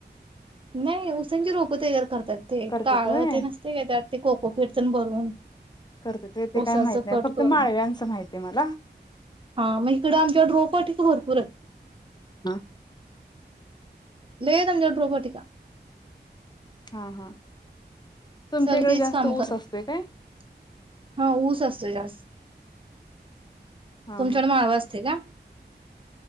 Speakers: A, on the right; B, on the left.
A: नाही उसांची रोप तयार कर. त्यात ते
B: करत्यात
A: काळं
B: व्हय
A: ते नसते काय त्यात ते कोकोफिरचण भरून
B: करत्यात व्हय ते
A: ऊसाच
B: काय माहित नाही
A: कट
B: फक्त
A: करून
B: माळव्यांचं माहित आहे मला
A: हा मग इकडं आमच्या रोपवाटिका भरपूर आहेत.
B: हम
A: लई हायत आमच्याकड रोपवाटका.
B: हा हा तुमच्या
A: सगळी
B: इकडे
A: तीच
B: जास्त
A: काम
B: ऊस
A: करतीत
B: असतोय काय
A: हा ऊस असतो जास्त.
B: हा
A: तुमच्या
B: हा
A: कड माळव असतय काय.